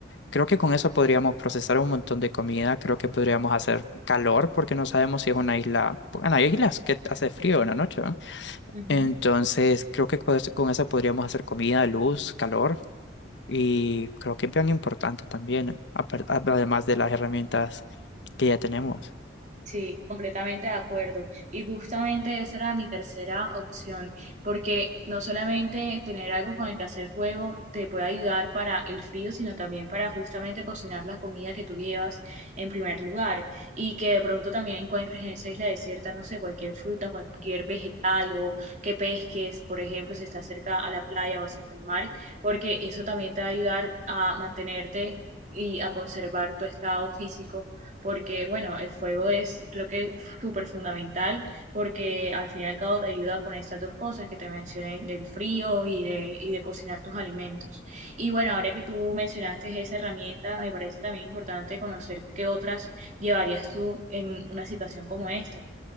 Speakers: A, on the left; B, on the right.
A: Creo que con eso podríamos procesar un montón de comida, creo que podríamos hacer calor porque no sabemos si es una isla, bueno, hay islas que hace frío en la noche, ¿no?
B: Ujú.
A: Entonces creo que pues, con eso podríamos hacer comida, luz, calor. Y creo que es bien importante también, apar- a- además de las herramientas que ya tenemos.
B: Sí, completamente de acuerdo. Y justamente esa era mi tercera opción, porque no solamente tener algo con el que hacer juego te puede ayudar para el frío, sino también para justamente cocinar la comida que tú llevas en primer lugar y que de pronto también encuentres en esa isla desierta, no sé, cualquier fruta, cualquier vegetal o que pesques, por ejemplo, si estás cerca a la playa o cerca al mar, porque eso también te va a ayudar a mantenerte y a conservar tu estado físico porque bueno, el fuego es creo que súper fundamental porque al fin y al cabo te ayuda con estas dos cosas que te mencioné del frío y de, y de cocinar tus alimentos. Y bueno, ahora que tú mencionaste esa herramienta, me parece también importante conocer qué otras llevarías tú en una situación como esta.